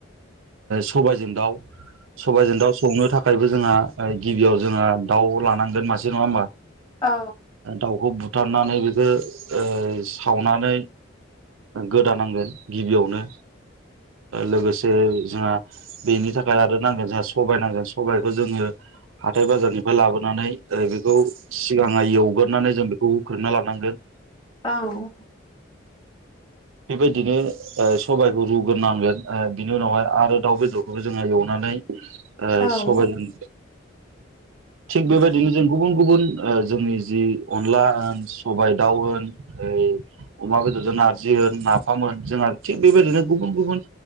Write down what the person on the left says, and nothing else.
औ
औ
औ